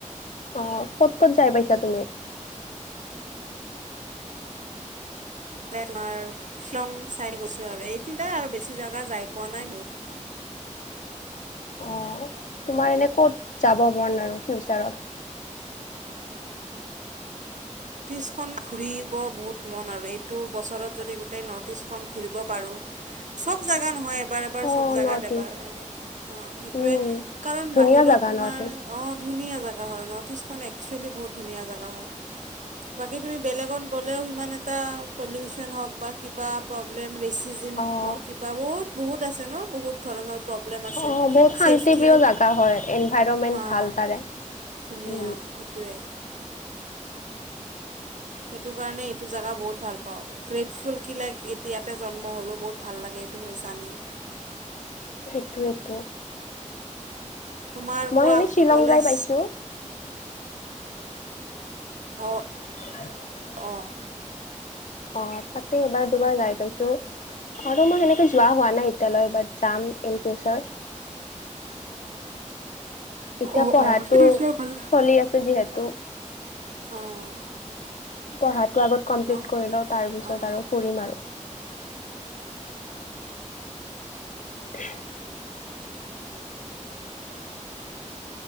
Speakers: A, on the left; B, on the right.
A: অ ক'ত ক'ত যাই পাইছা তুমি?
B: তোমাৰ শ্বিলং চাই গৈছো আৰু এই তিনটাই আৰু বেছি জাগগা যাই পোৱা নাই মোক।
A: অ তোমাৰ এনে ক'ত যাব মন আৰু ফিউচাৰত?
B: নৰ্থ ইষ্টখন ঘূৰিব বহুত মন আৰু, এইটো বছৰত যদি গোটেই নৰ্থ ইষ্টখন ঘূৰিব পাৰোঁ। চব জাগা নহয় এবাৰ এবাৰ
A: অঁ
B: চব জোগাত
A: নৰ্থ
B: এবাৰ
A: ইষ্ট
B: এনেকে। অ সেইটোৱে
A: উম।
B: কাৰণ
A: ধুনীয়া
B: বাহিৰত
A: জেগা
B: তোমাৰ
A: নৰ্থ ইষ্ট
B: অ ধুনীয়া জানি। হয় নৰ্থ ইষ্টখন একচসুৱেলি বহুত ধুনীয়া জেগা হয়। বাকী তুমি বেলেগত গ'লেও সিমান এটা পলিউচন হওক বাট। কিবা প্ৰব্লেম ৰেচিজিম
A: অঁ
B: হওক কিবা বহুত বহুত আছে ন বহুত। ধৰণৰ প্ৰব্লেম আছে
A: অঁ বহুত শান্তিপ্ৰিয়
B: ছেফটিৰো
A: জেগা হয় এনভাইৰনমেণ্ট
B: হা।
A: ভাল তাৰে
B: ধুনীয়া
A: উম,
B: সেইটোৱে। সেইটো কাৰণে এইটো জেগা বহুত ভাল পাওঁ। গ্ৰেটফুল কি লাইক এতিয়াতে জন্ম হ'লো বহুত ভাল লাগে এইটো হ জানেই।
A: সেইটোৱেইটো।
B: তোমাৰ
A: মই
B: কোৱা
A: এনেই শ্বিলং
B: কলেজ
A: যাই পাইছো।
B: অঁ।
A: <inaudible>
B: অ'।
A: অ তাতে এবাৰ দুবাৰ গাই পাইছো। আৰু মই সেনেকে যোৱা হোৱা নাই এতিয়ালৈ বাট যাম ইন ফিউচাৰ। এতিয়া
B: অ
A: পঢ়াটো
B: অ সেইটো এটা ভাল
A: চলি আছে। যিহেতু
B: অঁ
A: পঢ়াটো আগত। কমপ্লিট
B: ন
A: কৰি লওঁ তাৰপিছত
B: অঁ
A: আৰু
B: অঁ
A: ফুৰিম আৰু। <unintelligible>